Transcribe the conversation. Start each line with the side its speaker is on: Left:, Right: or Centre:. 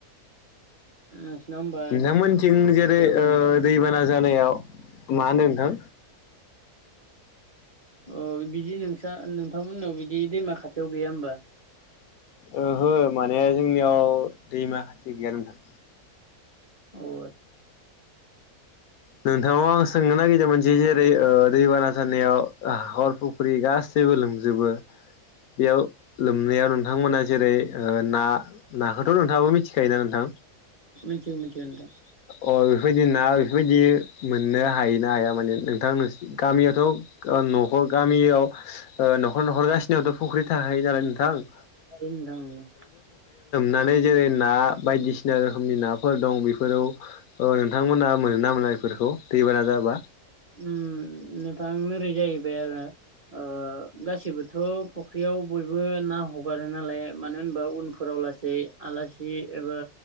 Right: नोंसिनाव होमबा
Left: नोंथांमोनथिं जेरै
Right: गैया होमबा
Left: ओ
Right: नोंथां
Left: दैबाना जानायाव। मा होनदों नोंथां?
Right: अ बिदि नोंसा नोंथांमोननाव बिदि दैमा खाथियाव गैया होमबा?
Left: ओहो माने जोंनियाव दैमा खाथि गैया नोंथां।
Right: अ आच्छा।
Left: नोंथांनाव आं सोंनो नागिरदोंमोन जि जेरै ओ दैबाना जानायाव हाखर फुख्रि गासैबो लोमजोबो बेयाव लोमनायाव नोंथांमोना जेरै ओ ना नाखौथ' नोंथाङाबो मिथिखायोना नोंथां?
Right: मोनथियो मोनथियो नोंथां।
Left: अ बेफोरबायदि ना बेफोरबायदि मोननो हायो ना हाया माने नोंथां नोंस गामियावथ' ओ न'खर गामियाव ओ न'खर न'खर गासिनियावथ' फख्रि थाखायो नालाय नोंथां ।
Right: थारैनो नोंथां नोंगौ।
Left: नानै जेरै ना बायदिसिना रोखोमनि नाफोर दं बे फोराव ओ‌ नोंथांमोना मोनोना मोना बेफोरखौ दैबाना जाबा?
Right: उम नोंथां ओरै जाहैबाय आरो ओ गासिबोथ' फख्रियाव बयबो ना हगारो नालाय मानो होनबा उनफोराव लासै आलासि एबा